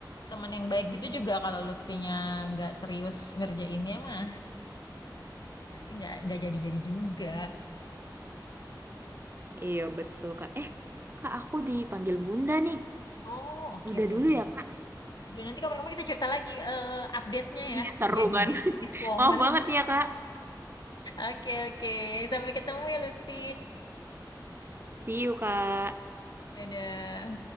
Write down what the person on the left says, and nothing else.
teman yang baik gitu juga kalau Lutfinya nggak serius ngerjainnya mah pasti nggak nggak jadi-jadi juga.
Oh, oke
oke
oke.
Dan nanti kapan-kapan kita cerita lagi eh, update-nya
ya.
Jadi
bisnis
woman.
<laughs>
Oke oke. Sampai ketemu ya Lutfi.
Dadah.